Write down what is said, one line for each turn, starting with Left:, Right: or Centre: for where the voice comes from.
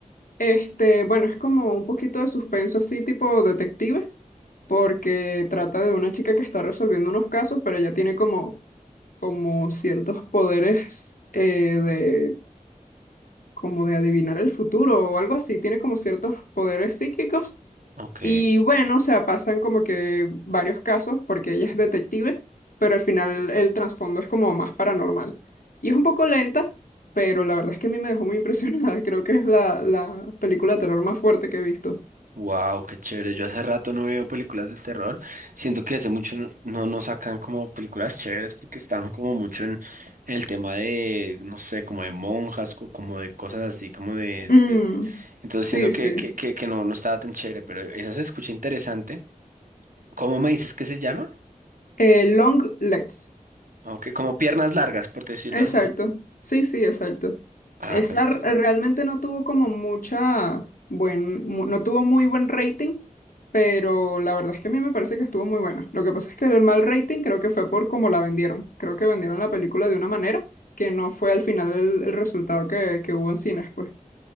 Left: Este, bueno, es como un poquito de suspenso así, tipo detective, porque trata de una chica que está resolviendo unos casos, pero ella tiene como, como ciertos poderes eh, como de adivinar el futuro o algo así, tiene como ciertos poderes psíquicos.
Right: Ok.
Left: Y bueno, o sea, pasan como que varios casos porque ella es detective, pero al final el trasfondo es como más paranormal. Y es un poco lenta, pero la verdad es que a mí me dejó muy impresionada. <laughs> Creo que es la, la película de terror más fuerte que he visto.
Right: Wow, qué chévere. Yo hace rato no veo películas de terror. Siento que hace mucho no, no nos sacan como películas chéveres porque estaban como mucho en el tema de, no sé, como de monjas, co- como de cosas así, como de...
Left: Mm,
Right: de- Entonces
Left: sí,
Right: siento
Left: sí.
Right: que, que, que, que no, no estaba tan chévere, pero esa se escucha interesante. ¿Cómo me dices que se llama?
Left: Eh, Long Legs.
Right: Aunque como piernas largas, por decirlo
Left: Exacto,
Right: así.
Left: sí, sí, exacto.
Right: Ah,
Left: Esa
Right: pero
Left: r-
Right: tú.
Left: eh, realmente no tuvo como mucha buen, mu- no tuvo muy buen rating, pero la verdad es que a mí me parece que estuvo muy buena. Lo que pasa es que el mal rating creo que fue por cómo la vendieron. Creo que vendieron la película de una manera que no fue al final el, el resultado que, que hubo en cines, pues.